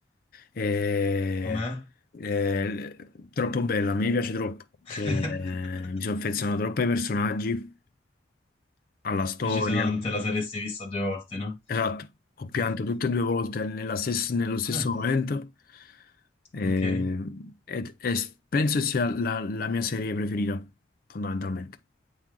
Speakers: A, on the left (about 50°); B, on the left (about 30°).
A: E-
B: Com'è?
A: e- troppo bella, mi piace troppo,
B: <laughs>
A: Cioè, mi sono affezionato troppo ai personaggi, alla storia.
B: Dici se no non te la saresti vista due volte, no?
A: Esatto, ho pianto
B: <laughs>
A: tutte e due volte nella stess- nello stesso
B: Ah,
A: momento e,
B: ok.
A: e- e s- penso sia la la mia serie preferita, fondamentalmente.